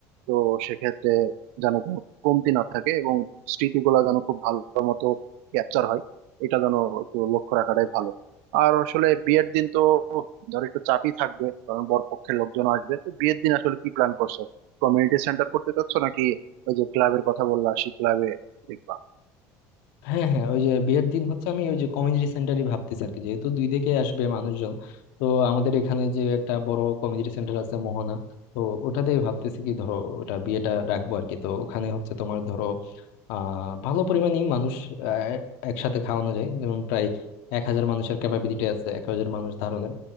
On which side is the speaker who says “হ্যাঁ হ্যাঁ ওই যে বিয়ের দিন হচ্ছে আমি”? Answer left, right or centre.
Left